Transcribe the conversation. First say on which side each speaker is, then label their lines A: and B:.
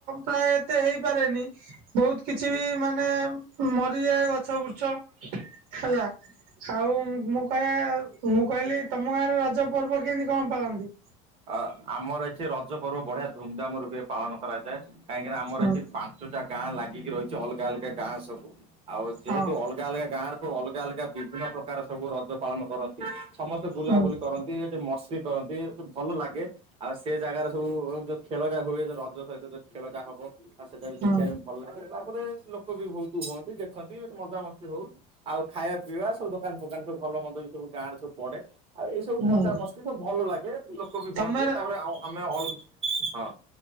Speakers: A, on the right; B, on the right.
A: ପ୍ରାୟ ଏତେ ହେଇପାରେନି। ବହୁତ କିଛି ବି ମାନେ ମରିଯାଏ ଗଛ ବୃଛ ହେଲା। ଆଉ ମୁଁ କହିବା ମୁଁ କହିଲି ତମ ଗାଁରେ ରଜ ପର୍ବ କେମିତି କଣ ପାଳନ୍ତି?
B: ଅ ଆମର ଏଠି ରଜ ପର୍ବ ବଢିଆ ଧୁମଧାମ ରୂପେ ପାଳନ କରାଯାଏ। କାହିଁକିନା ଆମର
A: ହଁ
B: ଏଠି ପା ଞ୍ଚଟା ଗାଁ ଲାଗିକି ରହିଛି, ଅଲଗା ଅଲଗା ଗାଁ ସବୁ ଆଉ ଯେହେତୁ
A: ହଁ
B: ଅଲଗା ଅଲଗା ଗାଁ ର ସବୁ ଅଲଗା ଅଲଗା ବିଭିନ୍ନ ପ୍ରକାର ସବୁ ରଜ ପାଳନ କରନ୍ତି। ସମସ୍ତେ ବୁଲାବୁଲି
A: ହଁ
B: କରନ୍ତି। ମସ୍ରି କରନ୍ତି ଭଲ ଲାଗେ, ଆଉ ସେ ଜାଗାରେ ସବୁ ଯୋଉ ଖେଳଟା ହୁଏ ଯୋଉ ରଜ ସହିତ ଯୋଉ ଖେଳଟା ହବ ଆଉ ସେଇଟା ବି
A: ହଁ
B: ଦେଖିବା ପାଇଁ ଭଲ ଲାଗେ ତାପରେ ଲୋକ ବି ଭୋଉତୁ ହୁଅନ୍ତି ଦେଖନ୍ତି ମଜାମସ୍ତି ହଉ ଆଉ ଖାଇଆ ପିଇବା ସବୁ ଦୋକାନ ଫୋକାନ ସବୁ ଭଲ ମନ୍ଦ ବି ସବୁ ଗାଁରେ ସବୁ ପଡେ। ଆଉ ଏଇ ସବୁ
A: ହଁ
B: ମଜା ମସ୍ତି ସବୁ ଭଲ ଲାଗେ ଲୋକ ବି
A: ତମେ
B: ହୁଅନ୍ତି ତାପରେ ଆଉଁ ଆମେ ଅଲ୍ ହଁ।